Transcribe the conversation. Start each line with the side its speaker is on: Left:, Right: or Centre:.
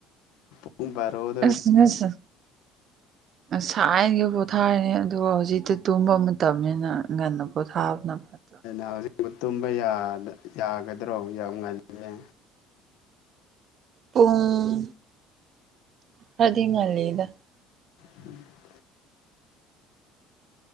Left: ꯄꯨꯡ ꯚ꯭ꯔꯣ
Right: ꯑꯁ ꯅꯁꯥ ꯉꯁꯥꯏꯒꯤ ꯄꯣꯊꯥꯔꯤꯅꯤ ꯑꯗꯨꯒ ꯍꯧꯖꯤꯛꯇꯤ ꯇꯨꯝꯕ ꯃꯇꯝꯅꯤꯅ ꯉꯟꯅ ꯄꯣꯊꯥꯕꯅ ꯐꯠꯇ꯭ꯔꯣ
Left: ꯑ ꯍꯧꯖꯤꯛꯄꯨ ꯇꯨꯝꯕ ꯌꯥꯒ ꯌꯥꯒꯗ꯭ꯔꯣ ꯌꯥꯝ ꯉꯜꯂꯦ꯫
Right: ꯄꯨꯡ ꯈꯔꯗꯤ ꯉꯜꯂꯤꯗ
Left: <inaudible>